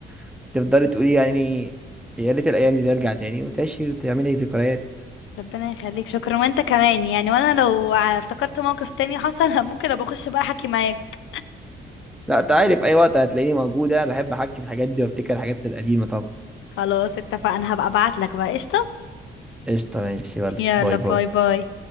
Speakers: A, in the centre; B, on the left.
A: وتفضلي تقولي يعني يا ريت الأيام دي ترجع تاني وتعيشي وتعملي ذكريات
B: ربنا يخليك شكرا وانت كمان يعني وانا لو ع- افتكرت موقف تاني حصل <laughs> ممكن ابقى اخش بقى احكي معاك
A: لا انت عارف أي وقت هتلاقيني موجودة بحب أحكي في الحاجات دي وأفتكر الحاجات القديمة طبعا
B: خلاص اتفقنا هبقى ابعت لك بقى قشطة
A: قشطة ماشي يلا
B: يلا
A: باي
B: باي
A: باي
B: باي